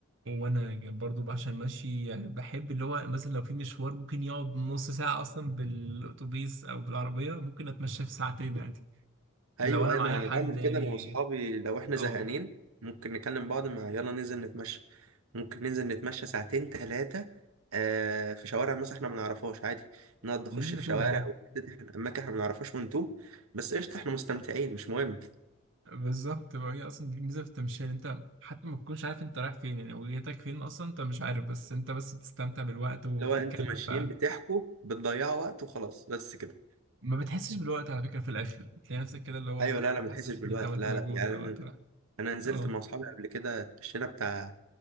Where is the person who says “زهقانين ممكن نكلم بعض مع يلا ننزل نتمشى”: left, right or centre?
Right